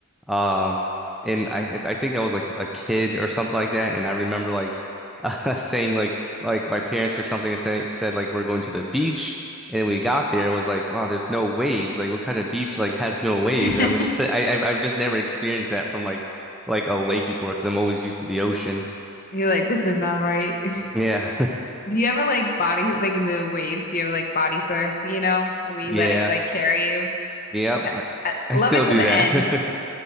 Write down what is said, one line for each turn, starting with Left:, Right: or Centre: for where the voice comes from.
Centre: Um and I I think I was like a kid or something like that and I remember like <laughs> uh, saying like like my parents or something say said like we're going to the beach and we got there, it was like, wow, there's no waves. Like, what kind of beach like has no waves?
Left: <laughs> you're
Centre: I would just say, I, I've I've just never experienced that from like like a lake before because I'm always used to the ocean.
Left: like, this is not right. <laughs>
Centre: Yeah,
Left: Do you ever like body like in the waves? Do you ever like body surf? You know, like, where you
Centre: <laughs> yeah,
Left: let it like carry you?
Centre: yep.
Left: I,
Centre: I,
Left: I
Centre: I
Left: love
Centre: still
Left: it
Centre: do
Left: to the
Centre: that.
Left: end. <laughs>